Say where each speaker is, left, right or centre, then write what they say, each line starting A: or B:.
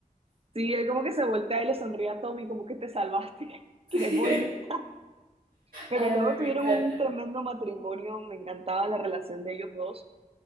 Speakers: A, on the right (about 45°); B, on the right (about 85°).
A: Sí, él como que se voltea y le sonríe a Tommy, como que te salvaste.
B: Sí.
A: <laughs> Qué bonita. Pero
B: A
A: luego
B: mí
A: tuvieron
B: me encanta.
A: un tremendo matrimonio, me encantaba la relación de ellos dos,